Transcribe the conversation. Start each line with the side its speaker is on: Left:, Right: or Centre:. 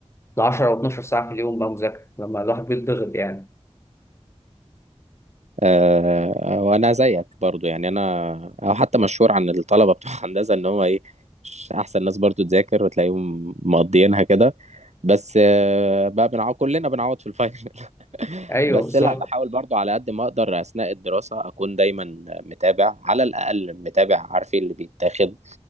Left: 10 او 12 ساعه في اليوم بقى مذاكره لما الواحد بيتضغط يعني
Right: آه، وانا زيك برضو يعني انا او حتى مشهور عن الطلبه بتوع <laughs> هندسه ان هم ايه مش احسن ناس برضو تذاكر وتلاقيهم مقضيينها كده بس آه، بقى بنعوض كلنا بنعوض في الفاينل <laughs>
Left: ايوه
Right: بس
Left: بالظبط
Right: لا بحاول برضو على قد ما اقدر اثناء الدراسه اكون دايما متابع على الاقل متابع عارف إيه اللي بيتاخد